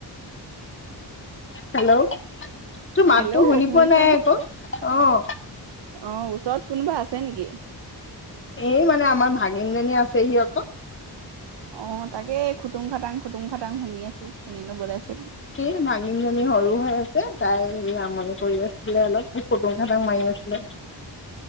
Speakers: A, on the left (about 30°); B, on the right (about 80°).
A: হেল্ল'। তোৰ মাতটো
B: হেল্ল'
A: শুনি
B: শুনিছানে
A: পোৱা নাই আকৌ। অ'।
B: অ', ওচৰত কোনোবা আছে নেকি?
A: এই মানে আমাৰ ভাগিনজনী আছেহি অকল।
B: অ', তাকে খুটুং খাটাং, খুটুং খাটাং, শুনি আছোঁ কোনেনো বজাইছে?
A: সেই ভাগিনিজনী সৰু হৈ আছে তাই সে আমনি কৰি আছিলে অলপ খুটুং খাটাং মাৰি আছিলে।